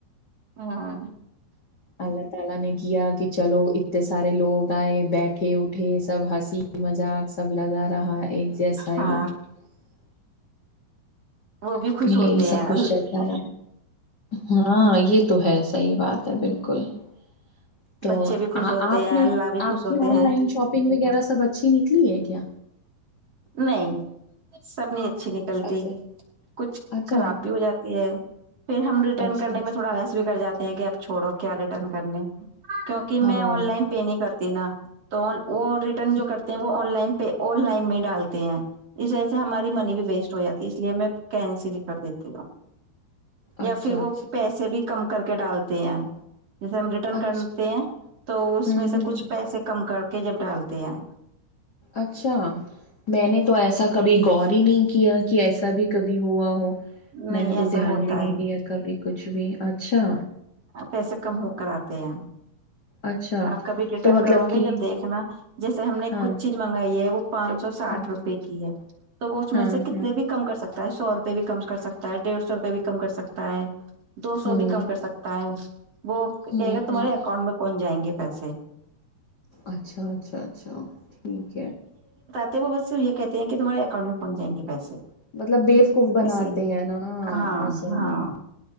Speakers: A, on the right; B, on the left.
A: ہاں <inaudible>
B: <inaudible> ایک جیسا ہی <inaudible>
A: ہاں وہ بھی خوش
B: یہی
A: ہوتے
B: سب
A: ہیں
B: کچھ چلتا
A: <inaudible>
B: ہاں یہ تو ہے صحی بات ہے بالکل <inaudible> تو
A: بچے بھی خوش ہوتے
B: آپ
A: ہیں
B: نے
A: اللہ بھی خوش
B: آپ کی
A: ہوتے
B: آن
A: ہیں
B: لائن شاپنگ وغیرہ <inaudible> سب اچھی نکلی ہے کیا
A: نہیں سب نے اچھی نکلتی
B: اچھا
A: کچھ
B: اچھا
A: خراب بھی ہو جاتی ہے پھر ہم ریٹرن
B: اچھا
A: کرنے
B: اچھا
A: میں تھوڑا رس بھی کراتے ہیں کہ اب چھوڑو کیا ریٹرن کرنے کیونکہ
B: ہاں
A: میں آن لائن پے نہیں کرتا نا تو وہ ریٹرن
B: اچھا
A: جو کرتے ہیں وہ آن لائن پہ آن لائن میں ڈالتے ہیں اس ہماری
B: اچھا
A: منی بھی ویسٹ ہو جاتی اس لیے میں کینسل ہی کر دیتی ہوں یا
B: اچھا
A: پھر وہ
B: اچھا
A: پیسے بھی کم کر کے ڈالتے ہیں جیسے ہم ریٹرن
B: اچھا
A: کرتے ہیں تو اس
B: ہ
A: میں سے
B: ہ
A: کچھ
B: ہ
A: پیسے کم کر کے جب ڈالتے ہیں ہم
B: اچھا میں نے تو ایسا کبھی غور ہی نہیں کیا کہ ایسا بھی کبھی ہوا ہو میں
A: نہیں
B: نے
A: ایسا
B: تو دھیان
A: ہوتا
B: بھی نہیں
A: ہے
B: دیا کبھی کچھ بھی اچھا
A: پیسے کم ہو کر آتے ہیں ہم
B: اچھا
A: آپ کبھی ریٹرن
B: تو مطلب
A: کرو گے
B: کہ
A: جب دیکھنا جیسے ہم نے
B: ہاں
A: کچھ چیز منگائی ہے وہ پانچ سو ساٹھ
B: ہوں،
A: روپئے کی ہے تو وہ اس میں
B: ہاں
A: سے کتنے
B: ہاں
A: بھی کم کر سکتے سکتا سو روپئے بھی کم کر سکتا ہے ڈیڑھ سو روپئے بھی کم کر سکتا ہے دو سو
B: ہوں
A: بھی کم کر سکتا ہے وہ کہے
B: ہوں
A: گا تمہارے
B: ہوں
A: اکانٹ میں پہنچائیں گے کے پیسے
B: اچھا اچھا اچھا ٹھیک ہے
A: تو وہ بس یہ کہتے ہیں کہ تمہے اکاؤٹ میں پن جائ گے پسے
B: مطلب بیوقوف بناتے
A: اس لیے
B: ہیں نا
A: ہاں
B: اصل
A: ہاں
B: میں